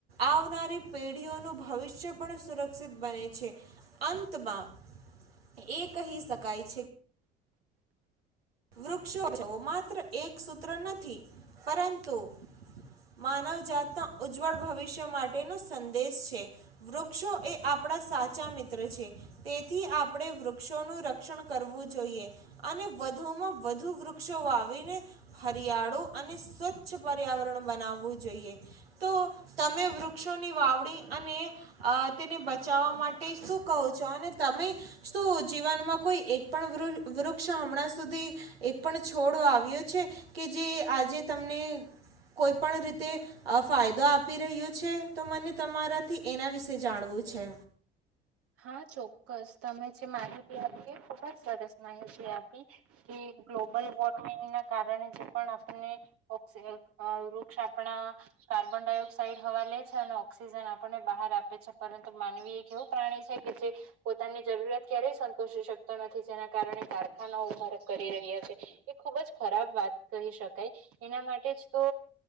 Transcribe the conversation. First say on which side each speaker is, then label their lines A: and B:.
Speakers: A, on the right; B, on the right.
A: આવનારી પેઢીઓનું ભવિષ્ય પણ સુરક્ષિત બને છે અંતમાં એ કહી શક. કાય છે. વૃક્ષો માત્ર એક સૂત્ર નથી પરંતુ માનવજતના ઉજ્જવળ ભવિષ્ય માટેનો સંદેશ છે વૃક્ષો એ આપણા સાચા મિત્ર છે તેથી આપણે વૃક્ષોનું. રક્ષણ કરવું જોઈએ. અને વધ. વધ વૃક્ષો વાવીને હરિયાળું અને સ્વચ્છ પર્યાવરણ બનાવવું જોઈએ તો તમે વૃક્ષોની વાવણી અને તેને બચાવવા માટે શું કહો છો અને તમે શું જીવનમાં કોઈ એક પણ વૃક્ષ હમણાંધ. એક પણ છોડ આવ્યો છે કે જે આજે તમને કોઈ પણ રીતે ફાયદો આપી રહ્યો છે તો મને તમારાથી એના વિશે જાણવું છે.
B: હા ચોક્કસ તમે જે માહિતી આપી ખુબ જ સરસ માહિતી આપી કે ગ્લોબલ વોર્મિંગના કારણે જે પણ આપને ઓક્ વૃક્ષ આપણા કાર્બન ડાયોક્સાઇડ હવા લે છે અને ઓક્સિજન આપણને બહાર આપે છે પરંતુ માનવીએ કેવું. પોની જરૂરિયાત ક્યારેય સંતોષી શકતો નથી જેના કારણે કારખાનાઓ કરી રહ્યા છે એ ખુબ જ ખરાબ વાત કહી શકાય એના માટે જ તો